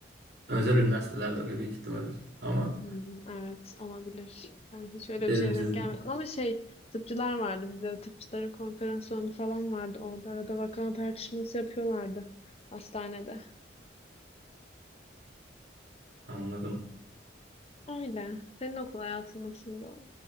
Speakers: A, on the right; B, on the left.
A: özel üniversitelerde öyle büyük ihtimal. Ama
B: Hmm, evet olabilir. Ben hiç öyle
A: dedim
B: bir şeye denk
A: siz
B: gelmedim. Ama şey tıpçılar vardı. Bizde de tıpçıların konferans salonu falan vardı. Orada arada vaka tartışması yapıyorlardı hastanede.
A: anladım.
B: Öyle. Senin okul hayatın nasıldı?